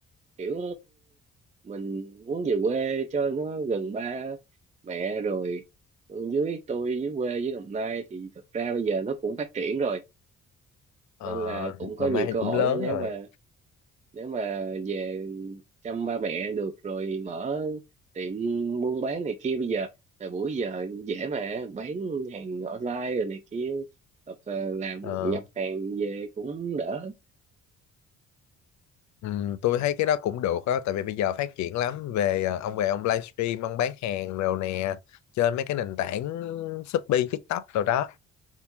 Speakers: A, on the right; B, on the left.
A: kiểu mình muốn về quê cho nó gần ba mẹ rồi Ừ, dưới tôi dưới quê với Đồng Nai thì thật ra bây giờ nó cũng phát triển rồi
B: Ờ,
A: nên là cũng có
B: năm
A: nhiều
B: nay thì
A: cơ
B: cũng
A: hội
B: lớn
A: đó nếu
B: rồi
A: mà nếu mà về chăm ba mẹ được rồi mở tiệm buôn bán này kia bây giờ thời buổi giờ dễ mà bán hàng online rồi này kia hoặc là làm
B: Ờ,
A: nhập hàng về cũng đỡ
B: Ừ, tôi thấy cái đó cũng được á tại vì bây giờ phát triển lắm về ờ, ông về ông livestream ông bán hàng rồi nè trên mấy cái nền tảng Shopee TikTok rồi đó